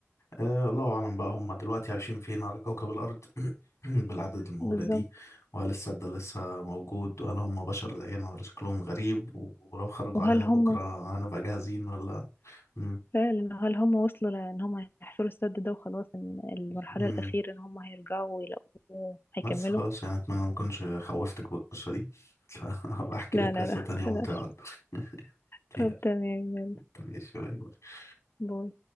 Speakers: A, on the left (about 75°); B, on the left (about 50°).
A: أه الله أعلم بقى هم دلوقتي عايشين فين على كوكب الأرض <clears throat> بالأعداد المهولة
B: بالظبط
A: دي وهل السد ده لسه موجود وهل هم بشر زينا ولا شكلهم غريب و- ولو خرجوا
B: وهل
A: علينا
B: هم
A: بكرة هنبقى جاهزين ولا مم.
B: فعلا هل هم وصلوا لأن هم هيحفروا السد ده وخلاص إن المرحلة
A: مم.
B: الأخيرة إن هم هيرجعوا ويلاقوه هيكملوا
A: بس خلاص يعني أتمنى ما أكونش خوفتك بالقصة دي <laughs> فهبقى أحكي
B: لا
A: لك
B: لا
A: قصة
B: لا
A: تانية
B: <laughs> بلاش
A: ممتعة أكتر. <laughs>
B: طب
A: يلا،
B: تمام يلا
A: ماشي باي باي.
B: باي